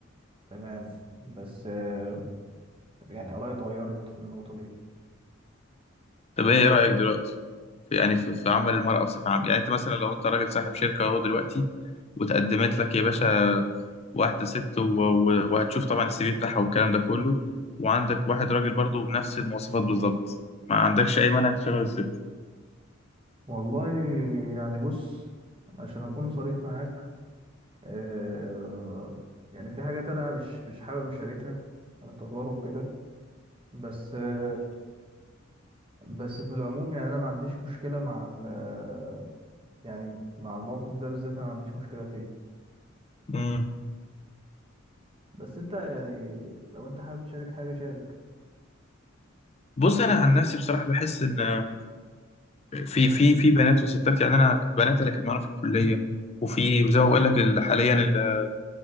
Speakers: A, on the right (about 25°); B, on the left (about 30°).
A: تمام بس آه يعني آرائي اتغيرت في النقطة دي
B: <laughs> طب ايه رأيك دلوقتي في يعني في, في عمل المرأة بصفة عامة يعني انت مثلا لو انت راجل صاحب شركة اهو دلوقتي وتقدمت لك يا باشا واحدة ست و... و... وهتشوف طبعا السي في بتاعها والكلام ده كله وعندك واحد راجل برضه بنفس المواصفات بالظبط ما عندكش اي مانع تشغل الست
A: والله يعني بص عشان أكون صريح معاك آه يعني في حاجات أنا مش مش حابب أشاركها آه، تجارب كده بس آه بس في العموم يعني أنا ما عنديش مشكلة مع ال آه، يعني مع الموقف ده بالذات أنا ما عنديش مشكلة فيه
B: مم.
A: بس أنت يعني لو أنت حابب تشارك حاجة شارك
B: بص انا عن نفسي بصراحة بحس ان في في في بنات وستات يعني انا بنات اللي كانت معانا في الكليه وفي زي ما بقول لك ال- حاليا ال-